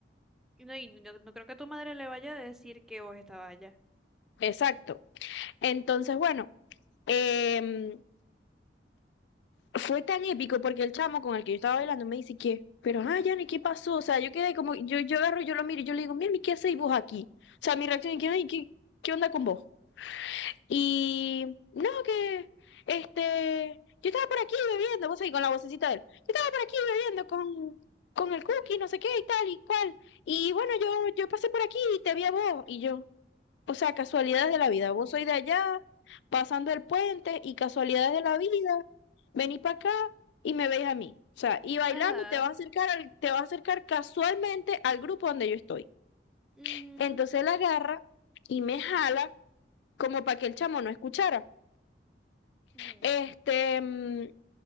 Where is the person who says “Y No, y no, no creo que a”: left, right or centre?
Centre